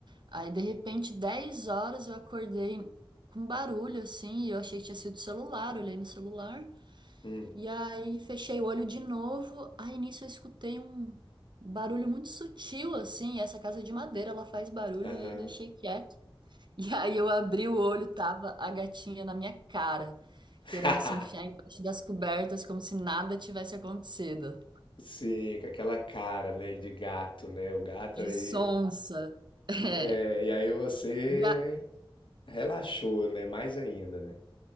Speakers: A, on the right; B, on the left.
A: aí de repente, 10 horas eu acordei com barulho, assim, e eu achei que tinha sido o celular, olhei no celular,
B: Hum,
A: E aí fechei o olho de novo. Aí nisso eu escutei um barulho muito sutil, assim. Essa casa é de madeira, ela faz barulho,
B: aham.
A: aí eu deixei quieto. <laughs> E aí eu abri o olho, tava a gatinha na minha cara,
B: <laughs>
A: querendo se enfiar embaixo das cobertas, como se nada tivesse acontecido.
B: Sim, com aquela cara, né, de gato, né? O gato
A: De
B: aí.
A: sonsa. <laughs> É.
B: É, e aí você
A: E a-
B: relaxou, né? Mais ainda, né?